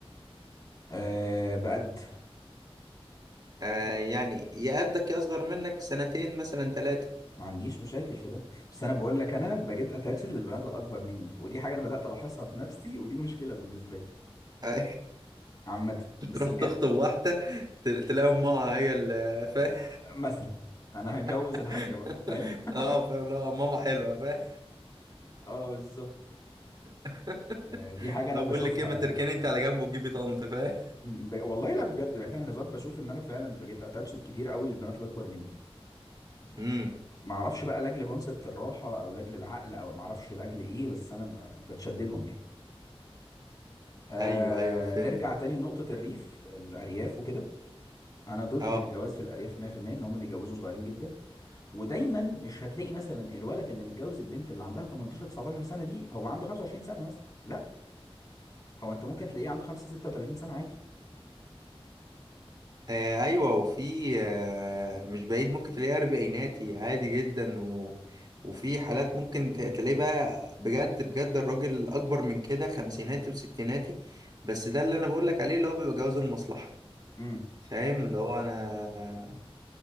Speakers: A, on the left; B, on the right.
A: آه بقد
B: آه يعني يا قدك يا أصغر منك سنتين مثلا ثلاثة
A: ما عنديش مشاكل في ده بس انا بقول لك انا بقيت اتاتشد للبنات الاكبر مني ودي حاجه انا بدات الاحظها في نفسي ودي مشكله بالنسبه لي
B: آه
A: عامه
B: <laughs>
A: بس
B: تروح
A: بجد
B: تخطب
A: دي
B: واحدة ت- تلاقي أمها هي اللي فاهم
A: مثلا انا هتجوز
B: <laughs>
A: الحاجه بقى فاهم <laughs>
B: اه فاهم لا ماما حلوة فاهم
A: اه بالظبط
B: <laughs>
A: آه، دي حاجه انا
B: لو
A: بشوفها
B: بقول لك ايه ما تركني انت على جنب وتجيبي طنط فاهم
A: م- ب... والله لا بجد بعيد عن الهزار بشوف ان انا فعلا بقيت اتاتشد كتير قوي للبنات الاكبر مني
B: امم
A: ما اعرفش بقى لاجل كونسبت الراحه او لاجل العقل او ما اعرفش لاجل ايه بس انا ب... بتشد لهم يعني آه
B: ايوه ايوه فهمت
A: نرجع تاني لنقطه الريف الارياف وكده انا ضد
B: اه
A: الجواز في الارياف 100% ان هم بيجوزوا صغيرين جدا ودايما مش هتلاقي مثلا الولد اللي متجوز البنت اللي عندها 18 19 سنه دي هو عنده 25 سنه مثلا لا هو انت ممكن تلاقيه عنده 5 36 سنه عادي
B: آه، ايوه وفي آه، مش بعيد ممكن تلاقيه اربعيناتي عادي جدا و... وفي حالات ممكن ت- تلاقيه بقى بجد بجد الراجل اكبر من كده خمسيناتي وستيناتي بس ده اللي انا بقول لك عليه اللي هو بيبقى جواز المصلحه
A: امم
B: فاهم اللي هو انا